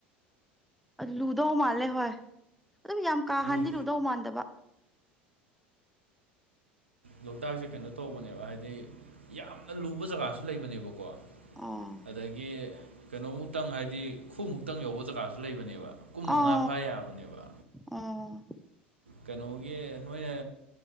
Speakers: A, in the centre; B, on the right.
A: ꯂꯨꯗꯧ ꯃꯥꯜꯂꯦ ꯍꯣꯏ ꯑꯗꯨꯝ ꯌꯥꯝ ꯀꯥ
B: ꯂꯨ
A: ꯍꯥꯟꯗꯤ ꯂꯨꯗꯧ ꯃꯥꯟꯗꯕ
B: ꯂꯣꯛꯇꯥꯛꯁꯦ ꯀꯩꯅꯣ ꯇꯧꯕꯅꯦꯕ ꯍꯥꯏꯗꯤ ꯌꯥꯝꯅ ꯂꯨꯕ ꯖꯒꯥꯁꯨ ꯂꯩꯕꯅꯦꯕꯀꯣ
A: ꯑꯣ
B: ꯑꯗꯒꯤ ꯀꯩꯅꯣꯃꯨꯛꯇꯪ ꯍꯥꯏꯗꯤ ꯈꯨꯃꯨꯛꯇꯪ ꯌꯧꯕ ꯖꯒꯥꯁꯨ ꯂꯩꯕꯅꯦꯕ ꯀꯨꯝ ꯃꯉꯥ
A: ꯑꯣ
B: ꯐꯥ ꯌꯥꯕꯅꯦꯕ
A: ꯑꯣ
B: ꯀꯩꯅꯣꯒꯤ ꯅꯣꯏꯅ